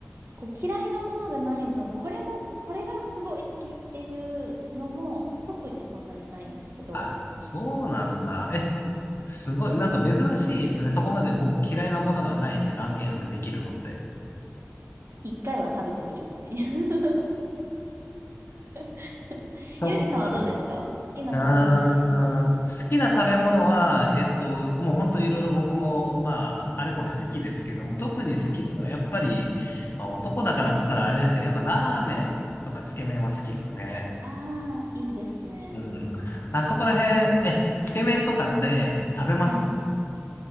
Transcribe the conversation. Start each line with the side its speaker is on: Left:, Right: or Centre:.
Right: こう嫌いなものがない分、これも、これがすごい好きっていうのも特にそんなにないんですけど、
Left: あ、そうなんだ。え、すごい。なんか珍しいですね。そこまでこう、嫌いなものがないって断言ができるのって。
Right: 一回は食べてみるっていう <laughs>
Left: そっか。
Right: ゆうじ <laughs> さんはどうですか好きな食べ物あります
Left: あー好きな食べ物は、えっと、もう本当いろいろ僕も、まあ、あれこれ好きですけども、特に好きなのは、
Right: はい。
Left: やっぱり、まあ男だからっつったらあれですけど、やっぱラーメンとかつけ麺は好きっすね。
Right: ああ、いいですね。
Left: うん。あそこら辺、え、つけ麺とかって食べます
Right: はい。